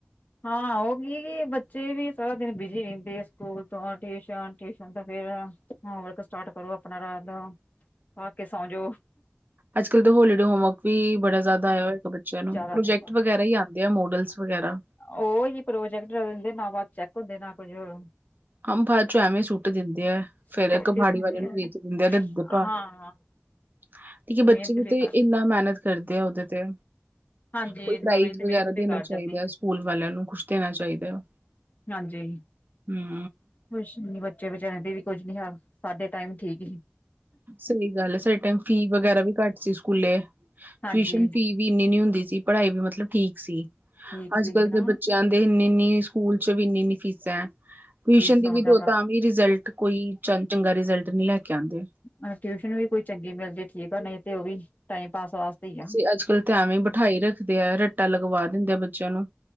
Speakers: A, on the left; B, on the right.
A: ਹਾਂ ਉਹ ਕੀ ਕਿ ਬੱਚੇ ਵੀ ਸਾਰਾ ਦਿਨ ਬਿਜੀ ਰਹਿੰਦੇ ਐ, ਸਕੂਲ ਤੋਂ ਟਿਊਸ਼ਨ ਟਿਊਸ਼ਨ ਤੋ ਫੇਰ ਹੋਮਵਰਕ ਸਟਾਰਟ ਕਰੋ, ਆਪਣਾ ਰਾਤ ਦਾ ਖਾ ਕੇ ਸੋ ਜਾਓ
B: ਅੱਜ ਕੱਲ੍ਹ ਤਾਂ ਹੋਲੀਡੇ ਹੋਮਵਰਕ ਵੀ ਬੜਾ ਜ਼ਿਆਦਾ ਆਇਆ ਹੋਏਗਾ ਬੱਚਿਆਂ ਨੂੰ
A: ਜ਼ਿਆਦਾ
B: ਪ੍ਰੋਜੈਕਟ
A: ਦਿਨ
B: ਵਗੈਰਾ ਹੀ ਆ ਆ ਮੋਡਲਸ ਵਗੈਰਾ
A: ਉਹਹੀ ਪ੍ਰੋਜੈਕਟ ਦਿੰਦੇ, ਨਾ ਬਾਦ ਚੈੱਕ ਹੁੰਦੇ ਨਾ ਕੁੱਝ ਹੋ
B: ਅੰਬਾ ਚੋਂ ਐਵੇਂ ਸੁੱਟ ਦਿੰਦੇ ਆ, ਫੇਰ
A: ਸੋਟੀ
B: ਕਹਾੜੀ
A: ਦਿੰਦੇ
B: ਵਾਲੇ ਨੂੰ
A: ਆ
B: ਵੇਚ ਦਿੰਦੇ ਆ ਰੱਦੀ ਦੇ ਭਾਅ
A: ਹਾਂ
B: ਠੀਕ ਏ, ਬੱਚੇ
A: ਮਿਹਨਤ
B: ਵੀ
A: ਬੇਕਾਰ
B: ਤੇ ਇੰਨਾ ਮੇਹਨਤ ਕਰਦੇ ਆ ਉਹਦੇ ਤੇ
A: ਹਾਂਜੀ
B: ਕੋਈ
A: ਨਹੀਂ
B: ਪ੍ਰਾਈਜ਼
A: ਤੇ ਮਿਹਨਤ
B: ਵਗੈਰਾ
A: ਬੇਕਾਰ
B: ਦੇਣਾ
A: ਜਾਂਦੀ
B: ਚਾਹੀਦਾ
A: ਹੈ
B: ਸਕੂਲ ਵਾਲਿਆਂ ਨੂੰ ਕੁਛ ਦੇਣਾ ਚਾਹੀਦਾ ਹੈ
A: ਹਾਂਜੀ
B: ਹੂ
A: ਕੁਛ ਨੀ ਬੱਚੇ ਵਿਚਾਰਿਆਂ ਦੇ ਵੀ ਕੁਝ ਨੀ ਹੱਥ, ਸਾਡੇ ਟਾਈਮ ਠੀਕ ਹੀ
B: ਸਹੀ ਗੱਲ ਹੈ, ਸਾਡੇ ਟਾਈਮ ਫੀ ਵਗੈਰਾ ਵੀ ਘੱਟ ਸੀ ਸਕੂਲੇ
A: ਹਾਂਜੀ
B: ਟਿਊਸ਼ਨ ਫੀ ਵੀ ਇੰਨੀ ਨੀ ਹੁੰਦੀ ਸੀ, ਪੜ੍ਹਾਈ ਵੀ ਮਤਲਬ ਠੀਕ ਸੀ
A: ਠੀਕ
B: ਅੱਜ
A: ਸੀਗੀ
B: ਕਲ੍ਹ
A: ਨਾ
B: ਦੇ ਬੱਚਿਆਂ ਦੇ ਇੰਨੀ ਇਨੀ ਸਕੂਲ ਚ ਵੀ ਇੰਨੀ ਇੰਨੀ ਫੀਸਾਂ ਹੈ ਟਿਊਸ਼ਨ
A: ਇਸ
B: ਦੀ
A: ਸਕਦਾ
B: ਵੀ ਦੋ
A: ਵਾ
B: ਤਾਂ ਵੀ ਰਿਜ਼ਲਟ ਕੋਈ ਚੰਗਾ ਰਿਜਲਟ ਨਹੀਂ ਲੈ ਕੇ ਆਉਂਦੇ।
A: ਹ ਟਿਊਸ਼ਨ ਵੀ ਕੋਈ ਚੰਗੀ ਮਿਲ ਜਾਏ ਠੀਕ ਆ ਨਹੀਂ ਤੇ ਉਹ ਵੀ ਟਾਈਮ ਪਾਸ ਵਾਸਤੇ ਹੀ ਆ
B: ਅਸੀ ਅੱਜਕਲ ਤੇ ਐਵੇਂ ਬਿਠਾਈ ਰੱਖਦੇ ਆ ਰੱਟਾ ਲਗਵਾ ਦਿੰਦੇ ਆ ਬ ਬਚਿਆ ਨੂੰ